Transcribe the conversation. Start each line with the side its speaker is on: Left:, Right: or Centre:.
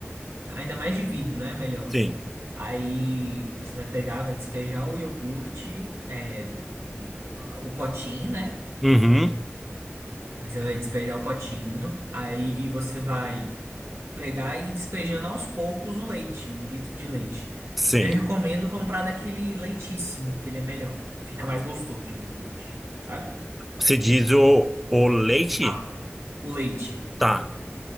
Right: ainda mais de vidro, né? Melhor.
Centre: Sim.
Right: Aí você vai pegar, vai despejar o iogurte, é, o potinho, né?
Centre: Uhum.
Right: Aí você vai despejar o potinho. Aí você vai. pegar e ir despejando aos poucos o leite, o litro de leite.
Centre: Sim.
Right: Eu recomendo comprar daquele leitíssimo, que ele é melhor. Fica mais gostoso o iogurte, sabe?
Centre: Você diz o, o leite?
Right: Ah, o leite,
Centre: Tá.